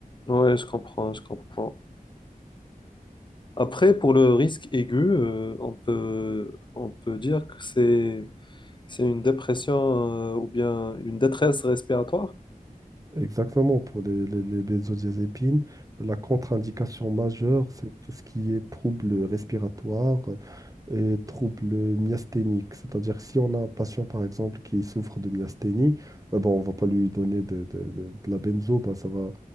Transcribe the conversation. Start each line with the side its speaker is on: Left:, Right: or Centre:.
Left: Ouais, je comprends, je comprends. Après, pour le risque aigu, euh, on peut, on peut dire que c'est, c'est une dépression euh, ou bien une détresse respiratoire.
Right: Exactement, pour les, les, les benzodiazépines, la contre-indication majeure, c'est tout ce qui est troubles respiratoires, et troubles myasthéniques. C'est-à-dire, si on a un patient, par exemple, qui souffre de myasthénie, eh ben, on va pas lui donner de, de- de- de la benzo, ben, ça va,